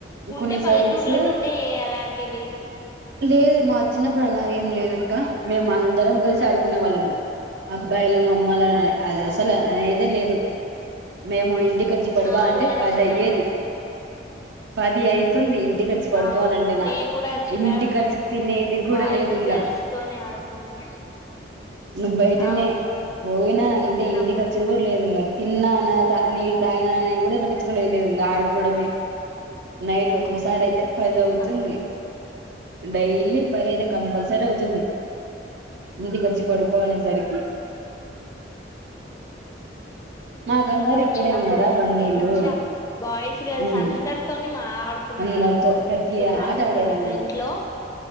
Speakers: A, on the left; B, on the right.
A: ఉంటే
B: కొన్ని
A: పల్లెటూరులోనే
B: సైడ్స్
A: ఉంటాయి అలాంటివి
B: లేదు మా చిన్నప్పుడు అలా ఏం లేద అక్క మేము అందరం కలిసి అడు వాళ్ళము అబ్బాయిల అమ్మ అసలు అనేదే లేదు మేము ఇంటికి చ్చి పడుకోవాలంటే
A: అవును మన
B: పది
A: చిన్నప్పుడు
B: అయ్యేది పది అవుతుంది ఇంటికిచ్చి పడుకోవాలంటే
A: అవును
B: నా
A: మేము కూడా చిన్నగా
B: ఇంటికిఖర్చ్చి
A: ఉన్నప్పుడు
B: తినేది కూడా
A: బాయ్స్
B: లేదు ఇంగా
A: గర్ల్స్ తోనే ఆడుకునేదాన్ని
B: నువ్ బయటనే
A: అవును
B: పోయినా అంటే
A: చిన్నప్పుడు
B: ఇంటికిఖర్చ్చిది కూడా లేదు తిన్నానా న తాగిన ఇప్పుడు పట్టించుకుని వెళ్లేదు ఆడు కూడమే నైట్ ఒక్కొక్కసారి అయితే ఫైద అవుతుంది
A: అవును
B: డైలీ ఇ పదైదు కంపల్సరీ అవుతుంది ఇందుక చ్చి పడుకో అనేసరికి మాకందరు
A: నీన్ గూడ
B: ఇక్కడే
A: చిన్నప్పుడు
B: ఉన్నారా
A: ఉన్నప్పుడు
B: బంధువులు
A: ఇగ మంచిగా బాయ్స్ గర్ల్స్
B: ఉమ్
A: అందరితోని మా ఆడుకునే
B: అందరితో
A: వాళ్ళం
B: ప్రతి
A: ఇగొ డ్రమ్
B: ఆట
A: ఉంటుండే
B: ఆడే వాళ్ళం
A: మా ఇంట్లో
B: మేము